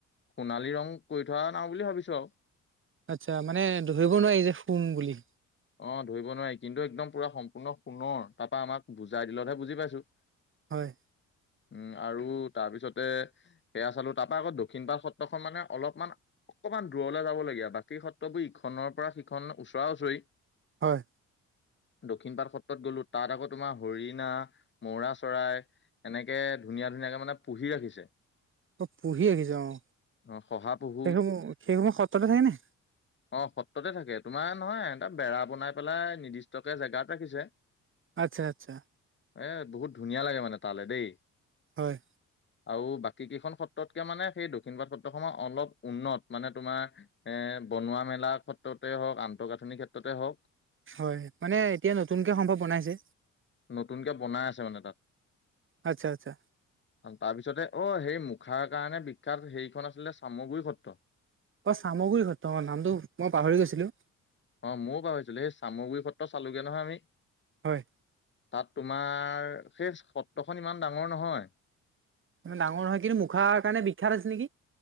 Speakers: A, on the left; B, on the right.
A: সোণালী ৰং কৰি থোৱা নাও বুলি ভাবিছোঁ, আৰু
B: আচ্ছা, মানে ধৰিব নোৱাৰি যে সোণ বুলি
A: অ, ধৰিব নোৱাৰি কিন্তু একদম পুৰা সম্পূৰ্ণ সোণৰ তাৰ পৰা আমাক বুজাই দিলতহে বুজি পাইছো।
B: হয়।
A: উম, আৰু তাৰপিছতে সেয়া চালো, তাৰ পৰা আকৌ দক্ষিণ পাৰ সত্ৰখন মানে অলপমান অকমান দূৰলৈ যাবলগীয়া বাকী সত্ৰবোৰ ইখনৰ পৰা সিখন ওচৰা - ওচৰি।
B: হয়।
A: দক্ষিণ পাট সত্ৰত গলো তাত আকৌ তোমাৰ হৰিণা, মৌৰা চৰাই এনেকে ধুনীয়া - ধুনীয়াকে মানে পুহি ৰাখিছে।
B: অ, পুহি ৰাখিছ অহ,
A: অ শহা পহু
B: সেইসমূহ - সেইসমূহ সত্ৰতে থাক নে?
A: অহ, সত্ৰতে থাকে। তোমাৰ নহয় এটা বেৰা বনাই পেলাই নিৰ্দিষ্টকে জেগাত ৰাখিছে।
B: আচ্ছা - আচ্ছা।
A: এ বহুত ধুনীয়া লাগে মানে তালে দেই।
B: হয়।
A: <inaudible> আৰু বাকী কেইখন সত্ৰতকে মানে সেই দক্ষিণ পাৰত সত্ৰসমহ অলপ উন্নত মানে তোমাৰ এ বনোৱা মেলা ক্ষেত্ৰতে হওক আন্ত গাঁথনিৰ ক্ষেত্ৰতে হওক।
B: হয় মানে এতিয়া নতুনকে সম্ভৱ বনাইছে।
A: নতুনকে বনাই আছে মানে তাত।
B: আচ্ছা - আচ্ছা।
A: তাৰপিছতে অ, সেই মুখাৰ কাৰণে বিখ্যাত হেৰিখন আছিলে চামগুৰি সত্ৰ।
B: অ, চামগুৰি সত্ৰ অ, নামটো মই পাহৰি গৈছিলো।
A: অ, ময়ো পাহৰিছিলো সেই চামগুৰি সত্ৰ চালোগে নহয় আমি।
B: হয়।
A: তাত তোমাৰ সেই সত্ৰখন ইমান ডাঙৰ নহয়।
B: ডাঙৰ নহয় কিন্তু মুখাৰ কাৰণে বিখ্যাত আছে নেকি।